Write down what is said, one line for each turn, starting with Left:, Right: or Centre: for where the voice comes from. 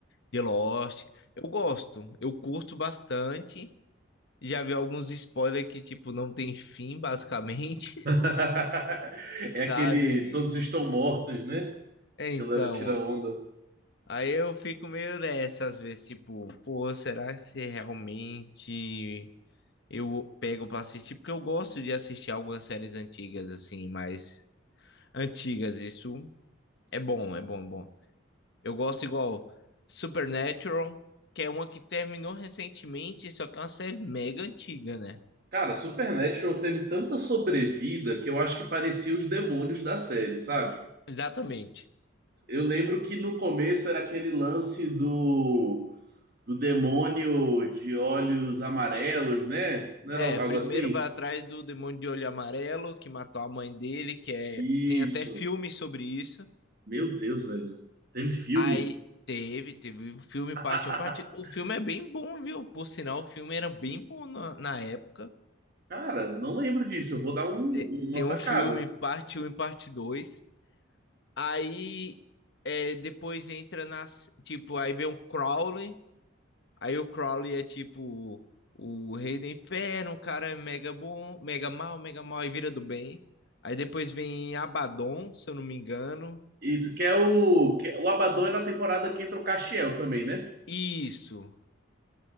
Left: de Lost. Eu gosto, eu curto bastante. Já vi alguns spoilers que, tipo, não tem fim, basicamente, <laughs>
Right: <laughs>
Left: sabe?
Right: É aquele
Left: Aí,
Right: Todos Estão Mortos, né?
Left: é, então,
Right: Galera, tira onda.
Left: aí eu fico meio nessa, às vezes, tipo, pô, será que se realmente. eu pego pra assistir, porque eu gosto de assistir algumas séries antigas, assim, mais antigas. Isso é bom, é bom, é bom. Eu gosto igual Supernatural, que é uma que terminou recentemente, só que é uma série mega antiga, né?
Right: Cara, Supernatural teve tanta sobrevida que eu acho que parecia os demônios da série, sabe?
Left: Exatamente.
Right: Eu lembro que no começo era aquele lance do, do demônio de olhos amarelos, né? Não era
Left: É,
Right: algo
Left: primeiro
Right: assim?
Left: vai atrás do Demônio de Olho Amarelo, que matou a mãe dele, que é.
Right: Isso.
Left: Tem até filme sobre isso.
Right: Meu Deus, velho. Teve filme?
Left: Aí teve, teve o filme
Right: <laughs>
Left: parte um parte. O filme é bem bom, viu? Por sinal, o filme era bem bom na na época.
Right: Cara, não lembro disso. Eu vou dar um- um,
Left: Tem,
Right: uma
Left: tem
Right: sacada.
Left: um filme, parte um e parte dois Aí é, depois entra na. s- Tipo, aí vem o Crowley. Aí o Crowley é tipo o rei do inferno, o cara é mega bom, mega mal, mega mal, e vira do bem. Aí depois vem Abaddon, se eu não me engano.
Right: Isso, que é o. Que, é o Abaddon é na temporada que entra o Castiel também, né?
Left: Isso.